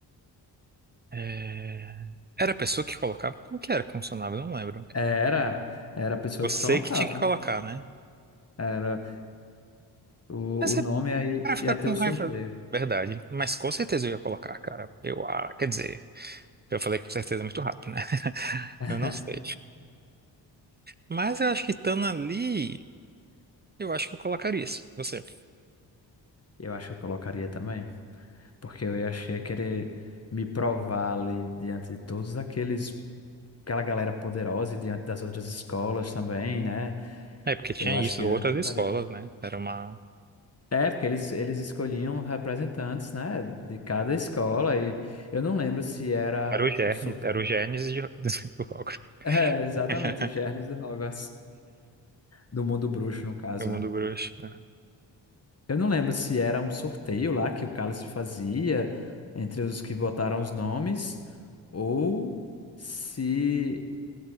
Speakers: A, on the right; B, on the left.
A: É, Era a pessoa que colocava? Como que era que funcionava? Eu não lembro.
B: É, Era, era a pessoa
A: Você
B: que colocava.
A: que tinha que colocar, né?
B: Era o,
A: Mas
B: o
A: ele
B: nome aí,
A: vai ficar
B: ia
A: com
B: ter o
A: raiva.
B: sorteio.
A: Verdade. Mas com certeza eu ia colocar, cara. Eu, ah, quer dizer, eu falei com certeza muito rápido, né? <laughs>
B: <laughs>
A: Eu não sei. Mas eu acho que estando ali, eu acho que eu colocaria isso. Você.
B: Eu acho que eu colocaria também, porque eu ia- achei querer me provar ali diante de todos aqueles, aquela galera poderosa e diante das outras escolas também, né?
A: É, porque tinha
B: Eu acho
A: isso,
B: que eu
A: outras
B: chutaria.
A: escolas, né? Era uma.
B: É, porque eles, eles escolhiam representantes, né, de cada escola e eu não lembro se era
A: Era o Gênesis,
B: um sorteio.
A: era o
B: <laughs>
A: Gênesis de- <laughs> do rock.
B: É, exatamente,
A: <laughs>
B: os germes de Hogwarts, do mundo bruxo, no caso,
A: eu mundo
B: né?
A: bruxo. né?
B: Eu não lembro se era um sorteio lá que o Cálice fazia entre os que botaram os nomes ou se,